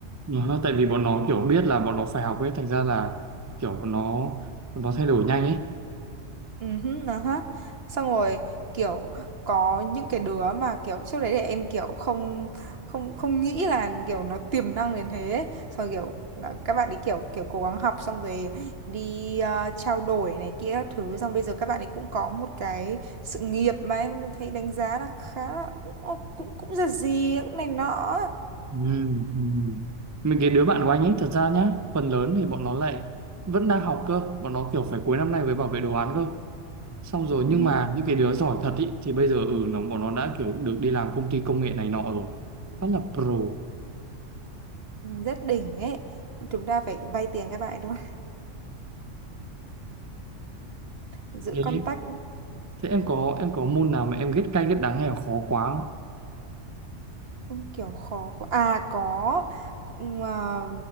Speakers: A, on the right; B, on the right.
A: Nó, tại vì bọn nó kiểu biết là bọn nó phải học ấy, thành ra là kiểu bọn nó bọn nó thay đổi nhanh ấy.
B: Ừ, hứ, nó hết xong rồi kiểu có những cái đứa mà kiểu trước đấy để em kiểu không không không nghĩ là kiểu nó tiềm năng đến thế ấy. Xong rồi kiểu à, các bạn ấy kiểu kiểu cố gắng học xong rồi đi à, trao đổi này kia các thứ xong bây giờ các bạn ấy cũng có một cái sự nghiệp mà em thấy đánh giá là khá là cũng cũng cũng giật gì ấy, cũng này nọ ấy.
A: Ừ, ừ. Mấy cái đứa bạn của anh ấy thật ra nhá, phần lớn thì bọn nó lại vẫn đang học cơ, bọn nó kiểu phải cuối năm nay mới bảo vệ đồ án cơ. Xong rồi
B: ừ,
A: nhưng mà những cái đứa giỏi thật ý, thì bây giờ ừ nó bọn nó đã kiểu được đi làm công ty công nghệ này nọ rồi. Rất là pro.
B: rất đỉnh ấy chúng ta phải vay tiền các bạn ấy thôi giữ
A: Thế
B: contact
A: Thế em có em có môn nào mà em ghét cay ghét đắng hay là khó quá không?
B: Không kiểu khó quá. À có cũng, à,